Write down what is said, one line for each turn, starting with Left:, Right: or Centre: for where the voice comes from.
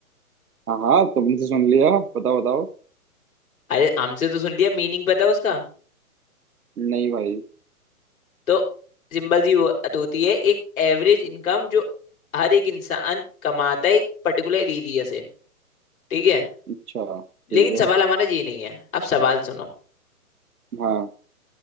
Right: हाँ हाँ तुमसे सुन लिया बताओ बताओ
Left: अरे हमसे तो सुन लिया मीनिंग पता है उसका
Right: नहीं भाई
Left: तो सिंपल सी बात होती है एक एवरेज इनकम जो हर एक इंसान कमाता है एक पर्टिकुलर एरिया से ठीक है
Right: अच्छा ठीक
Left: लेकिन
Right: है
Left: सवाल हमारा ये नहीं है अब सवाल सुनो
Right: हाँ